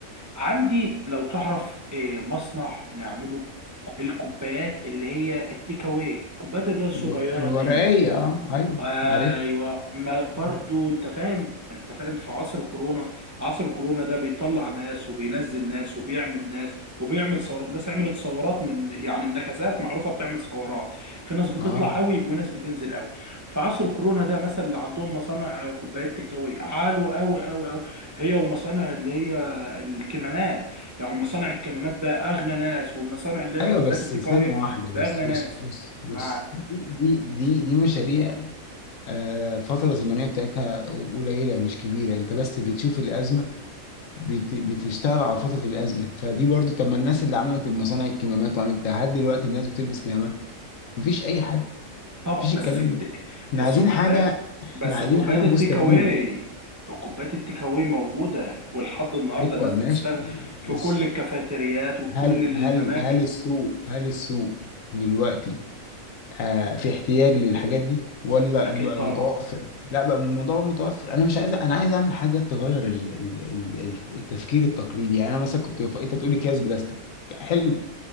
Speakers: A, on the right; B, on the left.
A: عندي لو تعرف آه، مصنع نعمله الكوبايات اللي هي التيك اواي الكوبايات اللي هي الصغيره
B: الو- الورقية
A: ديت
B: اه ايوه
A: ايوه
B: عرفت
A: ما برضو
B: مم.
A: انت فاهم انت فاهم في عصر الكورونا عصر الكورونا ده بيطلع ناس وبينزل ناس وبيعمل ناس وبيعمل ثورات ناس عملت ثورات من يعني النكسات معروفه بتعمل ثورات في ناس بتطلع
B: اه
A: قوي وناس بتنزل قوي في عصر الكورونا ده مثلا اللي عندهم مصانع كوبايات تكاوي عالوا قوي قوي قوي هي ومصانع اللي هي الكمامات يعني مصانع الكمامات بقى اغنى ناس والمصانع اللي هي
B: ايوه
A: الكوبايات
B: بس
A: التكاوي
B: ثانية واحدة
A: بقى
B: بس
A: اغنى
B: بص
A: ناس
B: بص بص
A: مع
B: دي دي دي, دي مشاريع آه فترة زمنية بتاعتها قليلة مش كبيرة انت بس بتشوف الأزمة بت- بتشتغل على فترة الأزمة فدي برضو طب ما الناس اللي عملت المصانع الكمامات وعملت بتاع، لحد دلوقتي الناس بتلبس كمامات مفيش أي حد
A: طبعا
B: مفيش
A: بس
B: الكلام
A: كت...
B: ده احنا
A: بس
B: عايزين
A: الكوبايات
B: حاجة احنا
A: بس
B: عايزين
A: كوبايات
B: حاجة
A: التيك
B: مستديم
A: اواي الكوبايات التيك اواي موجوده ولحد النهارده
B: أيوة
A: الناس
B: ماشي
A: بتستخدم في
B: بص
A: كل الكافيتريات وفي كل
B: هل
A: الاماكن
B: هل هل السوق هل السوق دلوقتي آه في احتياج للحاجات دي ولا
A: اكيد
B: بقى
A: طبعا
B: متوفر لا بقى الموضوع بقى متوفر انا مش عايز انا عايز اعمل حاجه تغير ال- ال- ال- التفكير التقليدي يعني انا مثلا كنت بف... انت بتقولي اكياس بلاستيك حلو